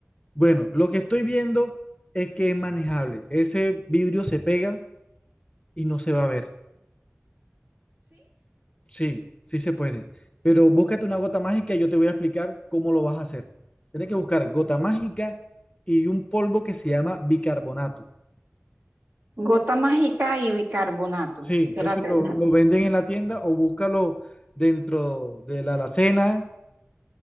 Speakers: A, on the left; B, on the right.
A: bueno, lo que estoy viendo es que es manejable. Ese vidrio se pega y no se va a ver. Sí, sí se puede. Pero búscate una gota mágica, y yo te voy a explicar cómo lo vas a hacer. Tienes que buscar gota mágica y un polvo que se llama bicarbonato.
B: Gota mágica y bicarbonato.
A: Sí,
B: Espérate,
A: eso lo, lo venden en la tienda o búscalo dentro de la alacena,